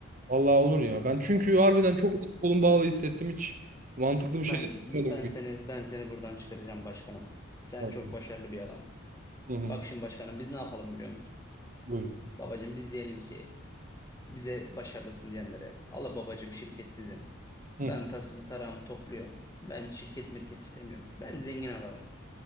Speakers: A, on the right; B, on the left.
A: Allah olur ya. Ben çünkü harbiden çok kolum bağlı hissettim. Hiç mantıklı
B: Ben
A: bir şey düşünmedim
B: ben
A: gibi.
B: seni ben seni buradan çıkaracağım başkanım. Sen
A: Tamam.
B: çok başarılı bir adamsın.
A: Hı hı.
B: Bak şimdi başkanım biz ne yapalım biliyor musun?
A: Buyurun.
B: Babacım biz diyelim ki bize başarılısın diyenlere. Allah babacım şirket sizin.
A: Hı.
B: Ben tasımı tarağımı topluyorum. Ben şirket mirket istemiyorum. Ben zengin adamım.